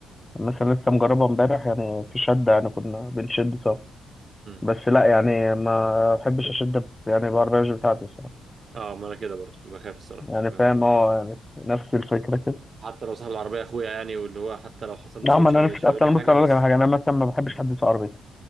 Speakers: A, on the left; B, on the right.
A: مثلا لسه مجربها امبارح يعني في شدة يعني كنا بنشد سوا
B: مم.
A: بس لا يعني ما بحبش اشد يعني بعربية بتاعتي الصراحة.
B: آه، ما انا كده برضو بخاف الصراحة
A: يعني
B: آه.
A: فاهم اه يعني نفس الفكره كده
B: حتى لو صاحب العربية اخويا يعني واللي هو حتى لو حصل مصيبة
A: لا ما
B: مش
A: انا
B: هي- مش
A: نفس اصل
B: هيقول لي
A: انا
B: حاجة
A: بص أنا
B: بس
A: اقول لك على حاجه انا مثلا ما بحبش
B: اه
A: حد يسوق عربيتي